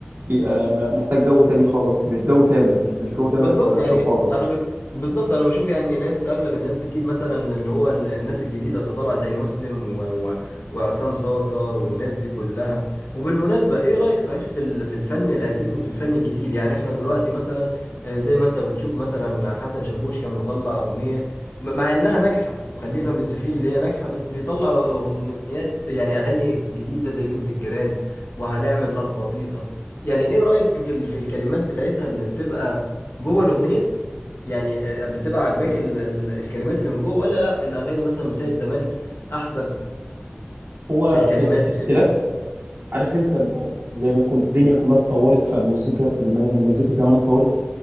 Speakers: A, on the right (about 60°); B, on the left (about 60°).
A: بيبقى م- محتاج جو تاني خالص مش جو تامر مش جو تامر
B: بالظبط
A: عاشور
B: يعني
A: خالص
B: انا ب... بالظبط انا بشوف يعني ناس اغلب الناس بتجيب مثلا اللي هو ال- الناس الجديده اللي طالعه زي مسلم و... و... وعصام صاصه والناس دي كلها وبالمناسبه ايه رايك صحيح في ال... في الفن القديم وفي الفن الجديد يعني احنا دلوقتي مثلا آه، زي ما انت بتشوف مثلا حسن شاكوش كان مطلع اغنيه م- مع انها ناجحه وخلينا متفقين ان هي ناجحه بس بيطلع اغنيات يعني اغاني جديده زي بنت الجيران وهنعمل لخبطيطه يعني ايه رايك في ال... في الكلمات بتاعتها اللي بتبقى جوه الاغنيه يعني آه، بتبقى عاجباك ال- ال- الكلمات اللي من جوه ولا لا الاغاني مثلا بتاعت زمان احسن
A: هو
B: في الكلمات
A: اخ- اختلاف
B: وكده
A: عارف انت اللي هو زي ما كل الدنيا كلها اتطورت فالمزيكا الم- المزيكا كمان اتطورت